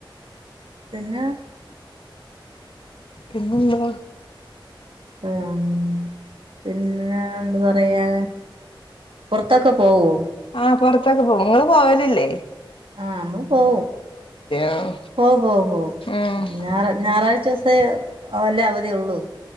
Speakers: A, on the right (about 85°); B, on the left (about 85°).
A: പിന്നെ
B: എങ്ങുംണ്ടോ
A: ഉം പിന്നെ എന്താ പറയാ പുറത്തൊക്കെ പോവോ
B: ആഹ പുറത്തൊക്കെ പോും നിങ്ങള്ൾ പോവലല്ലേ
A: ആഹ നമ്മള് പോക
B: ആഹ്
A: പോ പോ പോ
B: ഉം
A: ഞായറ ഞായറാഴ്ച ദിവസേ വല്ലേ അവധിയള്ളു